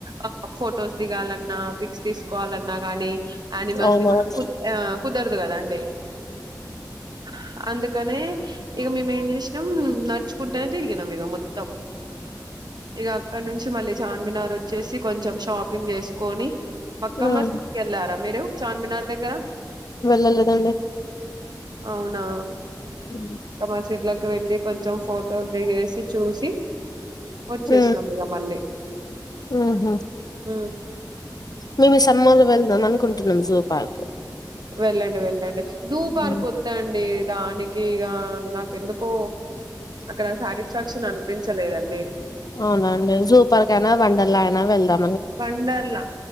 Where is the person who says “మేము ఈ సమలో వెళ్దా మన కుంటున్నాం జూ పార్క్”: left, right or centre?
Left